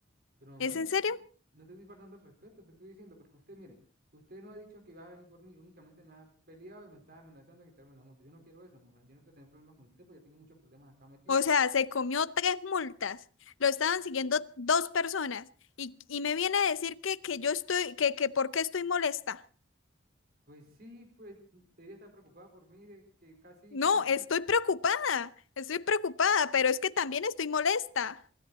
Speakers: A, on the right; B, on the left.
A: Pero mamá,
B: ¿es
A: no
B: en
A: te,
B: serio?
A: estoy- no te estoy faltando el respeto, te estoy diciendo, porque usted, mire, usted no ha dicho que va a venir por mí, únicamente me ha peleado y me está amenazando de quitarme la moto. Yo no quiero eso, mamá. Yo no quiero tener problemas con usted, porque ya tengo muchos problemas acá metido.
B: O sea, se comió tres multas, lo estaban siguiendo dos personas, y, y me viene a decir que, que yo estoy, que, que por qué estoy molesta.
A: Pues sí, pues debería estar preocupada por mí, de que casi,
B: No,
A: casi.
B: estoy preocupada, estoy preocupada, pero es que también estoy molesta.